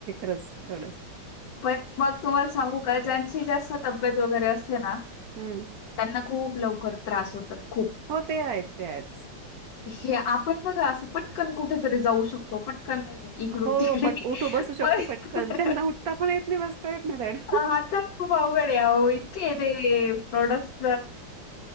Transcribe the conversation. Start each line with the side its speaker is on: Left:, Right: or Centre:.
Right: बस थोडं
Left: पण मग तुम्हाला सांगू का ज्यांची जास्त तब्येत वगैरे असते ना
Right: हम्म.
Left: त्यांना खूप लवकर त्रास होतात खूप.
Right: हो ते आहेत तेच
Left: हे आपण बघा असं पटकन कुठेतरी जाऊ शकतो पटक पण इकडून
Right: हो
Left: तिकडे
Right: पट उठू बसू शकतो
Left: पण
Right: पटकन त्यांना उठता पण येत नाही बसता येत नाही धड.
Left: ह आता खूप अवघड अ इतके ते प्रॉडक्टस